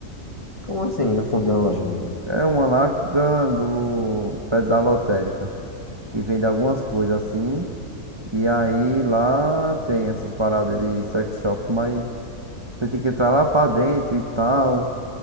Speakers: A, on the left; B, on the right.
A: Como assim, no fundo de uma loja? mano?
B: É uma lá da, do, perto da lotérica, que vende algumas coisas assim. E aí lá tem essas paradas de sex shop, mas você tem que entrar lá pra dentro e tal.